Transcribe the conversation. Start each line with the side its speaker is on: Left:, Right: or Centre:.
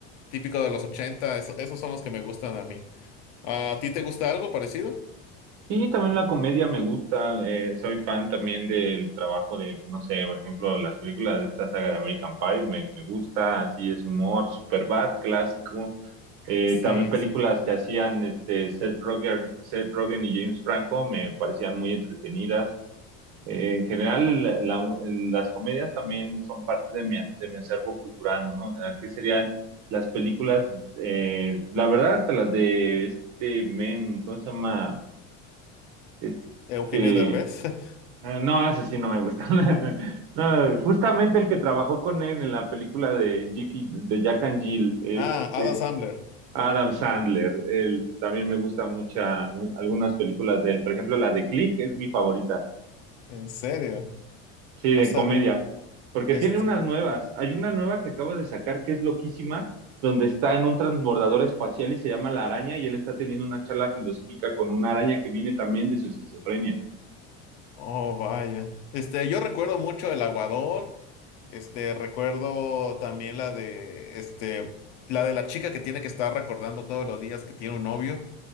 Left: típico de los 80, eso- esos son los que me gustan a mí. ¿A ti te gusta algo parecido?
Right: Sí, también la comedia me gusta. eh, soy fan también del trabajo de, no sé, por ejemplo, las películas de esta saga de American Pie me, me gusta, así es humor, Superbad, clásico. eh,
Left: Sí,
Right: también películas
Left: sí. sí.
Right: que hacían este, Seth Rogen, Seth Rogen y James Franco me parecían muy entretenidas. Eh, en general, la- la- las comedias también son parte de mi, de mi acervo cultural, ¿no? O sea, ¿qué serían las películas? eh, la verdad, hasta las de este men, ¿cómo se llama? Este,
Left: Eugenio Derbez. <laughs>
Right: eh, no, ese sí no me gusta. <laughs> No, justamente el que trabajó con él en la película de, Jiki- de Jack and Jill, este,
Left: Ah, Adam Sandler.
Right: Adam Sandler, él también me gusta mucha, mu- algunas películas de él. Por ejemplo, la de Click es mi favorita.
Left: En serio,
Right: Sí,
Left: no
Right: de
Left: sabía.
Right: comedia. Porque
Left: Este,
Right: tiene unas nuevas. Hay una nueva que acabo de sacar que es loquísima, donde está en un transbordador espacial y se llama La Araña, y él está teniendo una charla filosófica con una araña que viene también de su esquizofrenia.
Left: oh, vaya. Este, yo recuerdo mucho El Aguador. Este, recuerdo también la de, este, la de la chica que tiene que estar recordando todos los días que tiene un novio.